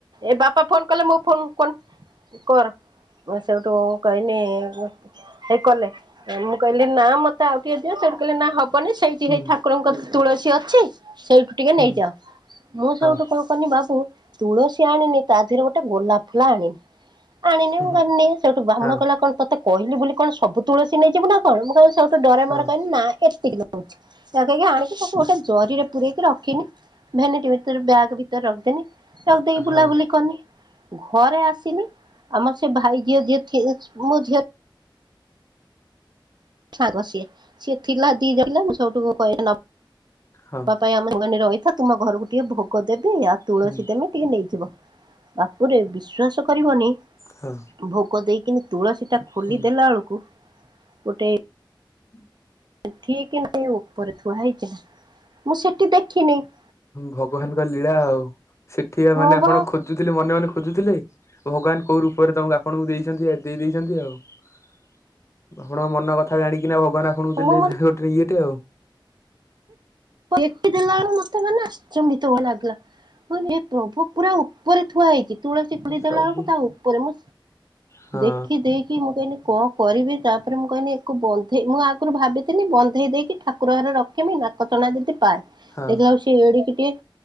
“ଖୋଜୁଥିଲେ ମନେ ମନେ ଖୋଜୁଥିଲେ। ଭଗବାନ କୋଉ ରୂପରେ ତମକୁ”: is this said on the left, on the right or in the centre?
Left